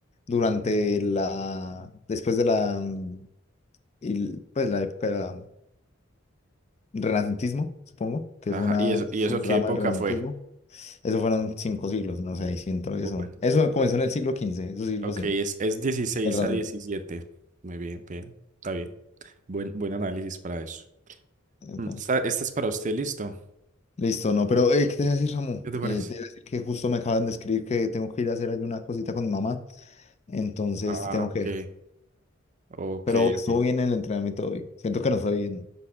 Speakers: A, on the left; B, on the right.
A: durante la, después de la, mm, y, pues la época renacentismo, supongo, que
B: Ajá,
A: fue una
B: ¿y eso, y
A: subrama
B: eso qué época
A: del renacentismo.
B: fue?
A: Eso fueron cinco siglos, no sé, ahí sí entró
B: Bueno,
A: eso. Eso comenzó en el siglo XV, eso sí lo
B: ok,
A: sé,
B: es, es 16
A: el renacentismo.
B: a 17. Muy bien, bien, está bien. Buen, buen análisis para eso.
A: Epa.
B: Mm, Esta, esta es para usted, ¿listo?
A: Listo, no, pero eh, ¿qué te iba a decir, Samu?
B: ¿Qué te parece?
A: Eh, te iba a decir que justo me acaban de escribir que tengo que ir a hacer ahí una cosita con mi mamá, entonces
B: Ah,
A: te tengo
B: ok,
A: que dejar.
B: ok,
A: Pero estuvo
B: ok.
A: bien el entrenamiento hoy. Siento que no fue bien. ¿no?